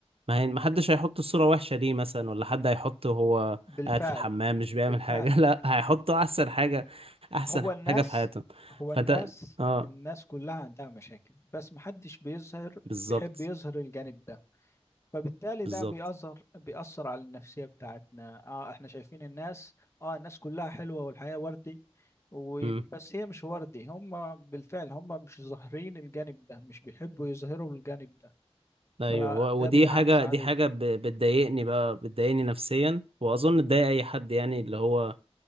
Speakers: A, on the right (about 60°); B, on the left (about 25°).
A: ما هي ما حدش هيحط الصورة وحشة ليه مثلا ولا حد هيحط وهو
B: بالفعل
A: قاعد في الحمام مش
B: بالفعل
A: بيعمل حاجة <laughs> لا هيحطه أحسن حاجة أحسن
B: هو الناس
A: حاجة في حياتهم
B: هو
A: فأنت
B: الناس
A: اه
B: الناس كلها عندها مشاكل بس محدش بيظهر
A: بالظبط
B: بيحب يظهر الجانب ده فبالتالي
A: بالظبط
B: ده بيأثر بيأثر على النفسية بتاعتنا اه احنا شايفين الناس اه الناس كلها حلوة والحياة وردي وبس
A: امم
B: هي مش وردي هم بالفعل هم مش ظاهرين الجانب ده مش بيحبوا يظهروا الجانب ده
A: أيوه
B: فده
A: و- ودي
B: بينعكس
A: حاجة
B: عليك
A: دي حاجة ب- بتضايقني بقى بتضايقني نفسيا وأظن تضايق أي حد يعني اللي هو